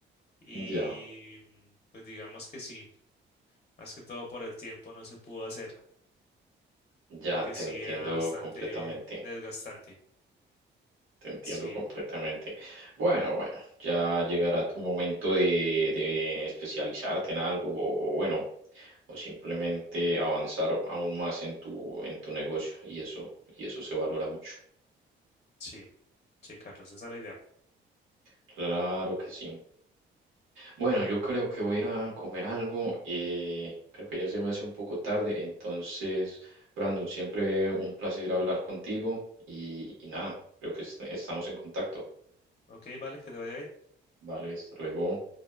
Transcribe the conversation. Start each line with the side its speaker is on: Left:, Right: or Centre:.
Left: y
Right: ya,
Left: mm, pues digamos que sí, más que todo por el tiempo no se pudo hacer.
Right: ya
Left: porque
Right: te
Left: sí
Right: entiendo
Left: era bastante
Right: completamente,
Left: desgastante.
Right: te entiendo
Left: Sí,
Right: completamente. Bueno, bueno, ya llegará tu momento de, de especializarte en algo o, o bueno, o simplemente avanzar aún más en tu, en tu negocio y eso, y eso se valora mucho.
Left: sí, sí, Carlos, esa es la idea.
Right: Claro que sí. Bueno, yo creo que voy a ir a comer algo. eh, creo que ya se me hace un poco tarde. Entonces, Brandon, siempre un placer hablar contigo y, y nada, creo que est- estamos en contacto.
Left: Ok, vale, que te vaya bien.
Right: Vale, hasta luego.